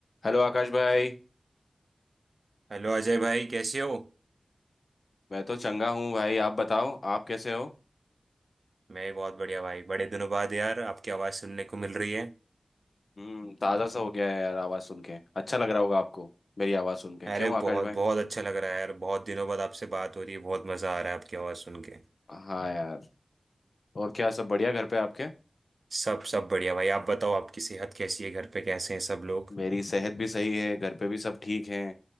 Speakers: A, on the left; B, on the right.
A: Hello Akash भाई
B: Hello Ajay भाई कैसे हो
A: मैं तो चंगा हूँ भाई आप बताओ आप कैसे हो
B: मैं बहुत बढ़िया भाई बड़े दिनों बाद यार आपकी आवाज़ सुनने को मिल रही है
A: हम्म ताज़ा सा हो गया है यार आवाज़ सुन के अच्छा लग रहा होगा आपको मेरी आवाज़ सुन के क्यों
B: अरे
A: आकाश
B: बहुत
A: भाई
B: बहुत अच्छा लग रहा है यार बहुत दिनों बाद आपसे बात हो रही है बहुत मज़ा आ रहा है आपकी आवाज़ सुन के
A: हाँ यार और क्या सब बढ़िया घर पे आपके
B: सब सब बढ़िया भाई आप बताओ आपकी सेहत कैसी है घर पे कैसे हैं सब लोग
A: मेरी सेहत भी सही है घर पे भी सब ठीक है